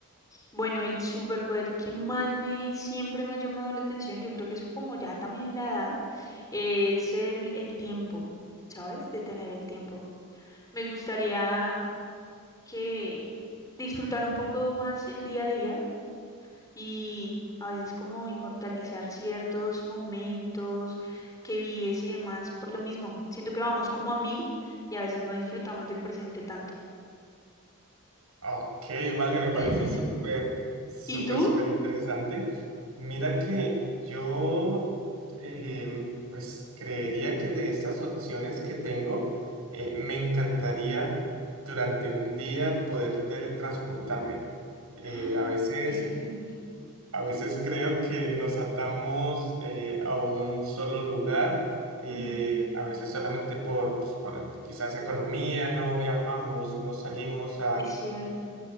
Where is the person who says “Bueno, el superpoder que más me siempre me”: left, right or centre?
Left